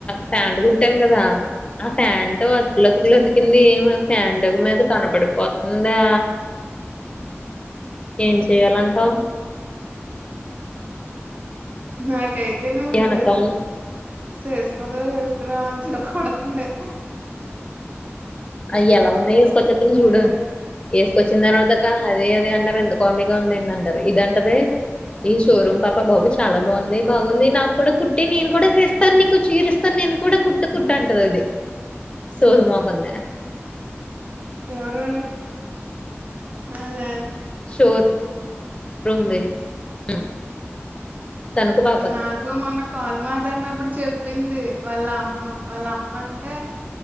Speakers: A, on the left; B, on the right.
A: ఫ్యాంట్ కుట్టాను కదా ఆ ఫ్యాన్ంటో అతుకులొతుకులుొతికింది ఏం ఫ్యాన్టగు మీద కనబడిపోతుందా ఏం చెయ్యాలంటవు
B: నాకైతే నువ్వు
A: వెనకాల
B: డ్రెస్ స్ వేసుకోతావో వేసుకురావన్ కో కొడుతుంది
A: అయ్య ఎలా ఉన్న ఏసుకొచ్చేతం చూడు
B: అయ్యో!
A: ఏసుకొచ్చిందర్వాతక అది అది అంటారు ఎంత కామెడీగా ఉందేంది అంటారు ఇదంటాది ఈ షోరూమ్ పాప బాబు చాలా బావుంది బాగుంది నాకు కూడా కుట్టి నీను కూడా చేస్తాను నీకు చీరిస్తాను నీ నేను కూడా కుట్టు కుట్టంటాది అది సోది మొఖం ది
B: ఎవరే అదా
A: <unintelligible> రూంది ఉమ్ తనుకు పా
B: నాకూ మొన్న కాల్ మాట్లాడినప్పుడు చెప్పింది వాళ్ళ అమ్మ వాళ్ళ అమ్మ అంటే